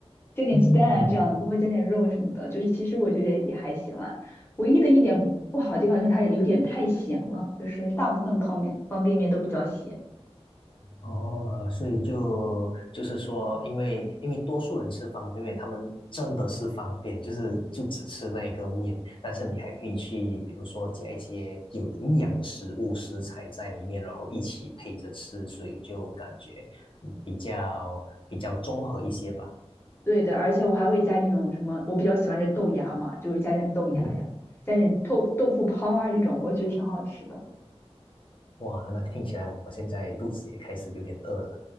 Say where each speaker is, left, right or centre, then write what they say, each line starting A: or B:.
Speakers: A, on the left; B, on the left.
A: 加点鸡蛋啊，
B: 嗯，
A: 这样子会加点肉什么的，就是其实我觉得也还行啦。唯一的一点不好的地方就是它有点太咸了，就是大部分泡面方便面都比较咸。
B: 哦，所以就就是说，因为因为多数人吃方便面，他们真的是方便，就是就只吃那一个面，但是你还可以去，比如说加一些有营养的食物食材在里面，然后一起配着吃，所以就感觉嗯比较比较综合一些吧。
A: 对的，而且我还会加那种什么，我比较喜欢吃豆芽嘛，就是加点豆芽呀，
B: 嗯，
A: 加点豆豆腐泡啊这种，我觉得挺好吃的。
B: 哇，那听起来我现在肚子也开始有点饿了。